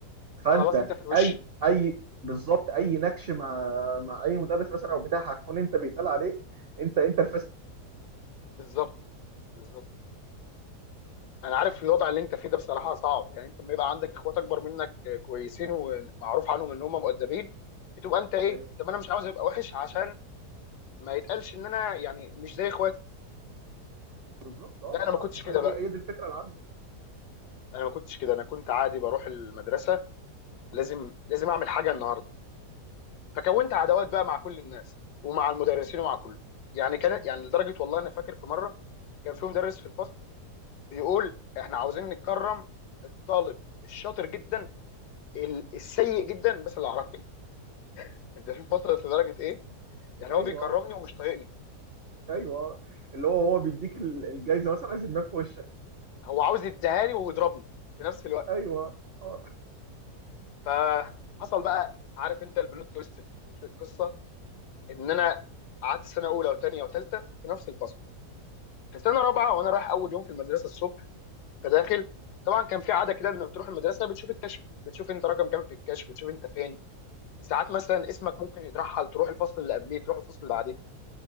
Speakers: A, on the left; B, on the right.
A: فخلاص
B: فانت
A: انت في الوش
B: اي اي بالظبط اي نكش مع مع اي مدرس مثلا او بتاع هتكون انت بيتقال عليك انت انت الفاسد
A: بالظبط بالظبط انا عارف الوضع اللي انت فيه ده بصراحه صعب يعني انت لما يبقى عندك اخوات اكبر منك كويسين ومعروف عنهم ان هم مؤدبين بتبقى انت ايه
B: ايوه
A: طب انا مش عاوز ابقى وحش عشان ما يتقالش ان انا يعني مش زي اخواتي
B: بالظبط اه
A: لا انا ما كنتش
B: اه ما
A: كده
B: هي
A: بقى
B: هي هي دي الفكره العامه
A: انا ما كنتش كده انا كنت عادي بروح المدرسه لازم لازم اعمل حاجه النهارده فكونت عداوات بقى مع كل الناس ومع المدرسين ومع كله يعني كان يعني لدرجه والله انا فاكر في مره كان في مدرس في الفصل بيقول احنا عاوزين نكرم الطالب الشاطر جدا ال- السيء جدا بس العربي <laughs> انت شوف وصلت لدرجه ايه يعني
B: ايوه
A: هو بيكرمني ومش طايقني
B: ايوه اللي هو هو بيديك ال- الجايزه مثلا عايز يرميها في وشك
A: هو عاوز يديهاني ويضربني في نفس الوقت
B: ايوه اه
A: فحصل بقى عارف انت البلوت تويست في في القصه ان انا قعدت سنه اولى وثانيه وثالثه في نفس الفصل في سنه رابعه وانا رايح اول يوم في المدرسه الصبح فداخل طبعا كان في عاده كده لما بتروح المدرسه بتشوف الكشف بتشوف انت رقم كام في الكشف بتشوف انت فين ساعات مثلا اسمك ممكن يترحل تروح الفصل اللي قبليه تروح الفصل اللي بعديه